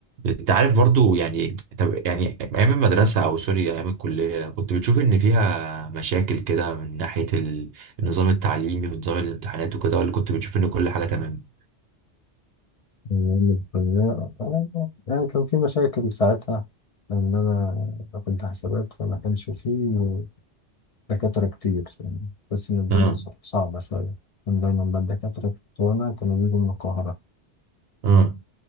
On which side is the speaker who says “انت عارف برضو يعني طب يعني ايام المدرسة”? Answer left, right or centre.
Right